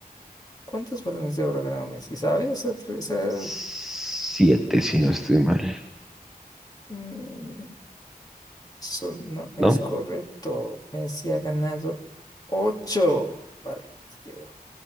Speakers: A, on the left (about 25°); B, in the centre.
A: ¿Cuántos balones de oro ha ganado Messi? ¿Sabes? Esa- esa-
B: siete, si no estoy mal.
A: Mm, Eso no es
B: ¿No?
A: correcto. Messi ha ganado ocho balones de oro.